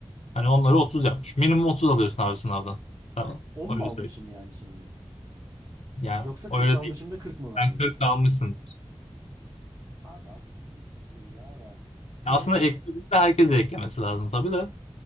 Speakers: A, on the left (about 85°); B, on the right (about 30°).
A: Hani onları 30 yapmış. Minimum 30 alıyorsun abi sınavdan. Tamam.
B: Ben 10
A: Öyle
B: mu almışım
A: söyleyeyim.
B: yani şimdi?
A: Yani
B: Yoksa 40
A: öyle
B: almışım
A: değil.
B: da 40 mı vermiş?
A: Sen 40 almışsın.
B: Abi haksızlık gibi ya da. En
A: Ya Aslında eklediğinde herkes de eklemesi lazım tabii de.